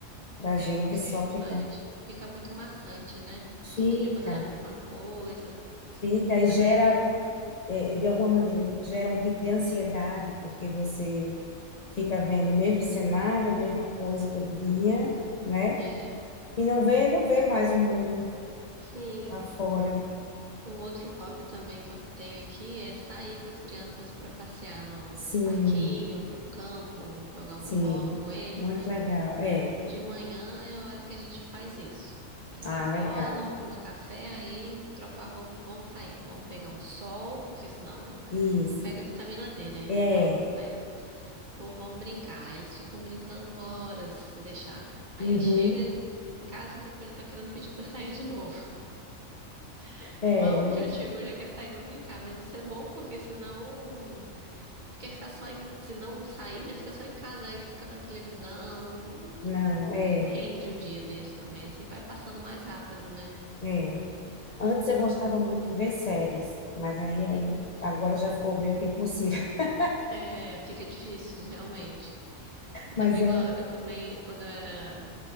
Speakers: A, on the left; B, on the right.
A: pra gente
B: É, porque
A: só
B: senão
A: ficar.
B: a gente fica muito maçante, né? Fica
A: Fica,
B: todo dia fazendo a mesma coisa.
A: fica e
B: Mas
A: gera,
B: é importante.
A: é, é, de alguma maneira, gera um tipo de ansiedade, porque você fica vendo o mesmo cenário, a mesma coisa todo dia, né?
B: É,
A: E não vê, não vê mais o mundo
B: sim.
A: lá fora.
B: Um outro hobby também que eu tenho aqui é sair com as crianças para passear no pro
A: Sim,
B: parquinho, pro campo, jogar
A: sim,
B: uma bola com eles,
A: muito
B: né?
A: legal. É,
B: De manhã é a hora que a gente faz isso. Eles
A: ah,
B: acordam,
A: legal.
B: tomam café, aí trocam a roupa, vão sair. Vamos pegar um sol, porque senão
A: Isso.
B: não pega vitamina D, né?
A: É.
B: Vamos, aí Pô, vamos brincar. Aí Eles ficam brincando horas se deixar. Aí
A: Uhum.
B: chega em casa e depois já tá querendo pedir pra sair de novo. <laughs>
A: É,
B: Mal
A: legal.
B: já chegou, já quer sair pra brincar. Mas isso é bom porque senão. Porque ficar só em. Se não sair, né? Fica só em casa, aí fica vendo televisão. Não, não-
A: Não, é,
B: não rende o dia deles também. Assim vai passando mais rápido, né?
A: é. Antes eu gostava muito de ver séries, mas aí,
B: Uhum.
A: aí agora já ficou meio que impossível. <laughs>
B: É, fica difícil, realmente. Eu
A: Mas
B: também,
A: era.
B: go- eu também, quando eu era